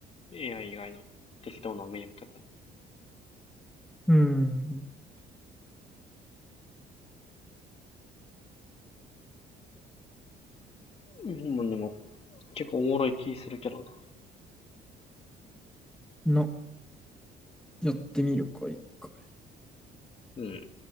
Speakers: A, on the left (about 35°); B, in the centre.
A: AI 以外の適当なゲームとか。
B: うん。
A: うん、でも、結構おもろい気するけどな。
B: な。やってみるか、一回。
A: うん。